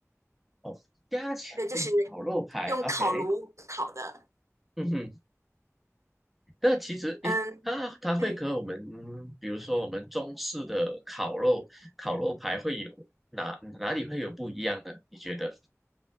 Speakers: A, in the centre; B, on the right (about 65°).
A: 哦，加强力烤肉排，OK，
B: 对，就是用烤炉烤的。
A: 嗯哼，那其实诶，
B: 嗯
A: 它它会和我们
B: 嗯，
A: 比如说我们中式的烤肉烤肉排会有哪哪里会有不一样呢？你觉得？